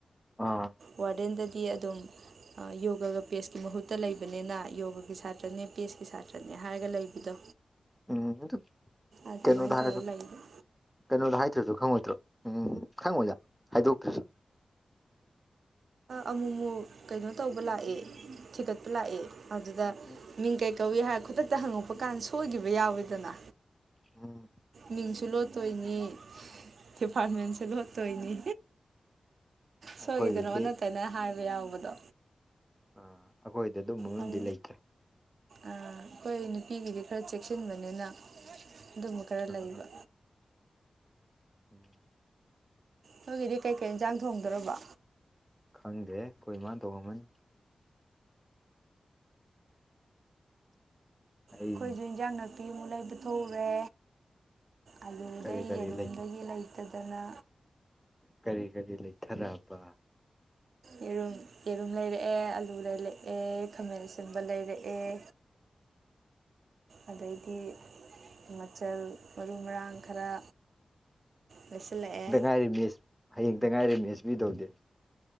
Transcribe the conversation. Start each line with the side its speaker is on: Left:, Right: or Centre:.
Centre: ꯑꯥ
Right: ꯋꯥꯔꯗꯦꯟꯗꯗꯤ ꯑꯗꯨꯝ ꯌꯣꯒꯒ ꯄꯦꯁꯀꯤ ꯃꯍꯨꯠꯇ ꯂꯩꯕꯅꯤꯅ ꯌꯣꯒꯒꯤ ꯁꯥꯇ꯭ꯔꯅꯦ ꯄꯦꯁꯀꯤ ꯁꯥꯇ꯭ꯔꯅꯦ ꯍꯥꯏꯔꯒ ꯂꯩꯕꯤꯗꯣ
Centre: ꯎꯝ ꯗꯨ
Right: ꯑꯗꯨꯃꯥꯏꯅ
Centre: ꯀꯩꯅꯣꯗ ꯍꯥꯏꯔꯁꯨ
Right: ꯇꯧꯔ ꯂꯩꯕ
Centre: ꯀꯩꯅꯣꯗꯣ ꯍꯥꯏꯗ꯭ꯔꯁꯨ ꯈꯪꯉꯣꯏꯗ꯭ꯔꯣ ꯎꯝ ꯈꯪꯉꯣꯏꯗ ꯍꯥꯏꯗꯣꯛꯇ꯭ꯔꯁꯨ
Right: ꯑꯃꯨꯛ ꯑꯃꯨꯛ ꯀꯩꯅꯣ ꯇꯧꯕ ꯂꯥꯛꯑꯦ ꯊꯤꯒꯠꯄ ꯂꯥꯛꯑꯦ ꯑꯗꯨꯗ
Centre: <inaudible> <unintelligible>
Right: ꯃꯤꯡ ꯀꯩ ꯀꯧꯏ ꯍꯥꯏꯔ ꯈꯨꯗꯛꯇ ꯍꯪꯉꯛꯄ ꯀꯥꯟꯗ ꯁꯣꯏꯈꯤꯕ ꯌꯥꯎꯋꯤꯗꯅ
Centre: ꯎꯝ
Right: ꯃꯤꯡꯁꯨ ꯂꯣꯠꯇꯣꯏꯅꯤ ꯗꯤꯄꯥꯔꯠꯃꯦꯟꯁꯨ ꯂꯣꯠꯇꯅꯤ ꯁꯣꯏꯅꯤ
Centre: ꯑꯩꯈꯣꯏꯒꯤꯗꯤ
Right: ꯁꯣꯏꯈꯤꯗꯣꯏꯅꯣ ꯅ ꯇꯩꯅ ꯍꯥꯏꯕ ꯌꯥꯎꯕꯗꯣ
Centre: ꯑꯥ ꯑꯩꯈꯣꯏꯗꯤ ꯑꯗꯨꯝ ꯃꯔꯗꯤ
Right: ꯑꯝ,
Centre: ꯂꯩꯇ꯭ꯔꯦ
Right: ꯑꯩꯈꯣꯏ ꯅꯨꯄꯤꯒꯤꯗꯤ ꯈꯔ ꯆꯦꯛꯁꯤꯟꯕꯅꯤꯅ ꯑꯗꯨꯝꯕ ꯈꯔ
Centre: ꯑꯥ
Right: ꯂꯩꯕ
Centre: <inaudible>
Right: ꯅꯣꯏꯒꯤꯗꯤ ꯀꯩꯀꯩ ꯏꯟꯁꯥꯡ ꯊꯣꯡꯗꯔꯕ
Centre: ꯈꯪꯗꯦ ꯑꯩꯈꯣꯏ ꯃꯥ ꯇꯣꯡꯉꯝꯃꯅꯤ ꯑꯩ
Right: ꯑꯩꯈꯣꯏꯁꯨ ꯏꯟꯖꯥꯡ ꯅꯥꯄꯤ ꯑꯃꯨꯛ ꯂꯩꯕꯊꯔꯦ ꯑꯗꯨꯗꯩ
Centre: ꯀꯔꯤ ꯀꯔꯤ
Right: ꯌꯦꯔꯨꯝꯗꯒꯤ
Centre: ꯂꯩ
Right: ꯂꯩꯇꯗꯅ
Centre: ꯀꯔꯤ ꯀꯔꯤ ꯂꯩꯊꯔꯕ
Right: ꯌꯦꯔꯨꯝ ꯌꯦꯔꯨꯝ ꯂꯩꯔꯛꯑꯦ ꯑꯥꯂꯨ ꯂꯩꯔꯛꯑꯦ ꯑꯦ ꯈꯥꯃꯦꯟ ꯁꯤꯟꯕ ꯂꯩꯔꯛ ꯑꯦ ꯑꯗꯩꯗꯤ ꯃꯆꯜ ꯃꯔꯨ ꯃꯔꯥꯡ ꯈꯔ ꯂꯩꯁꯤꯜꯂꯛꯑꯦ
Centre: <unintelligible> ꯍꯌꯦꯡꯇ ꯉꯥꯏꯔꯦꯅꯦ ꯑꯦꯁꯄꯤ ꯇꯧꯗꯦ